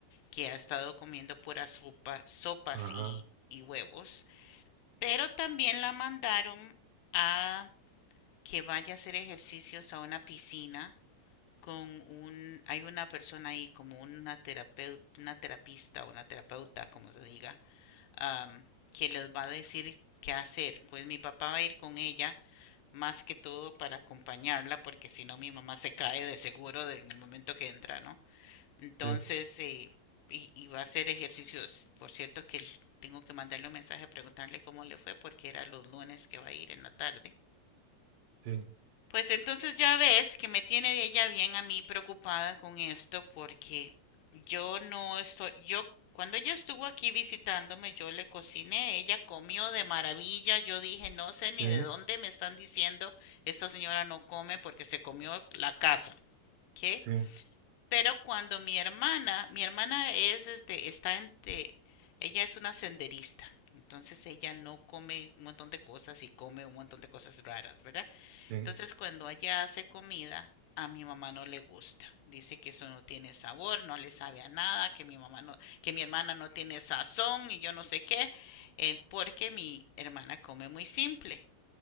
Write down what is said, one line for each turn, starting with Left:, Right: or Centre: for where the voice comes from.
Left: que ha estado comiendo puras sopa, sopas
Right: ajá,
Left: y, y huevos. Pero también la mandaron a que vaya a hacer ejercicios a una piscina con un, hay una persona ahí como una terapeuta, una terapista o una terapeuta, como se diga, am, que les va a decir qué hacer. Pues mi papá va a ir con ella más que todo para acompañarla, porque si no mi mamá se cae de seguro de- en el momento que entra, ¿no? Entonces,
Right: sí,
Left: eh, y, y va a hacer ejercicios. Por cierto que tengo que mandarle un mensaje a preguntarle cómo le fue, porque era los lunes que va a ir en la tarde
Right: sí,
Left: pues entonces ya ves que me tiene ella bien a mí preocupada con esto porque yo no estoy, yo cuando ella estuvo aquí visitándome yo le cociné, ella comió de maravilla, yo dije no sé
Right: sí,
Left: ni de dónde me están diciendo esta señora no come porque se comió la casa, ¿ok?
Right: sí,
Left: Pero cuando mi hermana, mi hermana es este, está entre, ella es una senderista, entonces ella no come un montón de cosas y come un montón de cosas raras, ¿verdad?
Right: sí,
Left: Entonces cuando allá hace comida, a mi mamá no le gusta. Dice que eso no tiene sabor, no le sabe a nada, que mi mamá no, que mi hermana no tiene sazón y yo no sé qué, eh, porque mi hermana come muy simple.